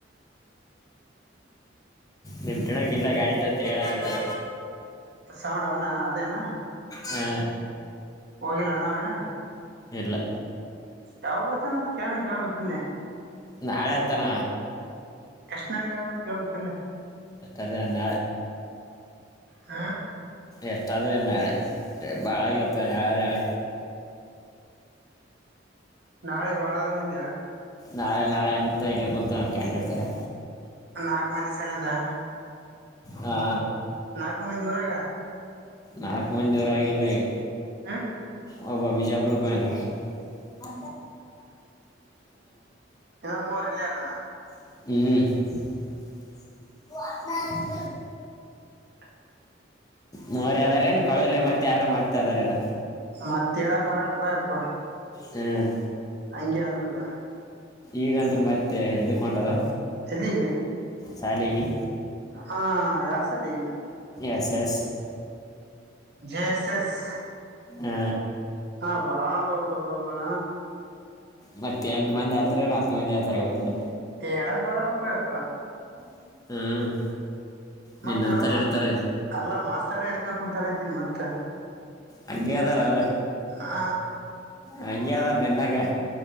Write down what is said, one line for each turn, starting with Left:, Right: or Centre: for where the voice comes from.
Left: ನಿಮ್ ತಿಣಕ್ ಇಲ್ಲ ಗಾಡಿ ತ ತಿರ್ಗಾಡಕತ್ತದ.
Right: ಸೌಂಡ್ ಅವನ ಅದೇನಾ.
Left: ಹ್ಮ.
Right: ಹೋಗಿಲ್ಲ ನಾವೇನ.
Left: ಇರಲ್ಲ.
Right: ಯಾವಾಗತ್ತನತ್ ಕನ ಕೇಳ್ಬೇಕ ಇಿಲ್ಲೇ.
Left: ನ ಅಳೆಯಂತಾನ.
Right: ಎಷ್ಟ ನಾಳಿಗದು ಮತ್ತ ಕೇಳ್ಬೇಕತಿಲ್ಲ.
Left: ಎಷ್ಟದೆ ಅನ್ನ.
Right: ಹ.
Left: ಎತ್ತದ ತನ್ನ ಆಳೆ ಬಾಳಕ್ಕೆ ಎತ್ತನೆಳೆಳ.
Right: ನಾಳೆ ಬಾಳಾದ ಮಂದ್ಯಾ.
Left: ನಾಳೆ ನಾಳೆ ಅಂತ ಇಲ್ಲ ಕುಂತ ಕ್ಯಾಂಡ್ ಇಡ್ತಾರೆ.
Right: ನಾಲ್ಕು ಮಂದ ದಿವ ಸಾಲಂದಾ.
Left: ಹಾ.
Right: ನಾಲ್ಕು ಮಂದ ಊರಾಗ.
Left: ನಾಲ್ಕು ಮಂದವರ ಆಾಗಿಲ್ಲ ಈಗ.
Right: ಹಾ.
Left: ಹಬ ಬಿಜಾಪುರಕ್ಕಲ್ಲ ಹ.
Right: ಎ ಮೂವರು ಹಳ್ಳಾರಾನ.
Left: ಹ್ಮ್.
Right: <unintelligible>
Left: ಮೋರ ಅದಾರೇನ್ ಕಳಲೆಯ ಮತ್ತೆ ಯಾರ ಮತ್ತೆ ಅದಾರೇನ.
Right: ಮತ್ತ ಹೇಳಾಕ್ ಬರಲ್ಪಪ್ಪಾ.
Left: ಹ್ಮ್.
Right: ಹಂಗೆ ಆದದ.
Left: ಈಗಂತ್ರ ಮತ್ತೆ ಎಕೊಂಟದ.
Right: ಎಲ್ಲಿಗೆ
Left: ಸಾಲಿಗೆ.
Right: ಹಾ ಯಾ ಸಲಿ.
Left: Yes yes.
Right: ಜೇಸ ಎಸ್.
Left: ಹ್ಮ.
Right: ಹಾಾ ಬಾಬ ಬಾಬಾ.
Left: ಮತ್ತತ್ ಎಂಟು ಮಂದಿ ಆತರ ನಾಲ್ಕು ಮಂದಿ ಆತರ ಗೊತ್ತಿಲ್ಲ
Right: ಏಳಕ್ ಬಾರಲ್ಲಪ್ಪ ಅಪ್ಪ
Left: ಹ್ಮ್
Right: ಮತ್ತ್
Left: ನಿನ್ನಂತರ
Right: ನೋಡ ಮಾಸ್
Left: ಇರ್ತಾರೆ
Right: ಅಲ್ಲಾ ಮಾಸ್ತರ್ನ ಹಡ್ಕ ಕುಂತಾರ ಅಂತೀನಿ ಮತ್ತ
Left: ಅ ಹದಾರ ಯಾರ
Right: ಆ
Left: ಹಂಗದಾರ ನಿನ್ನಾಗ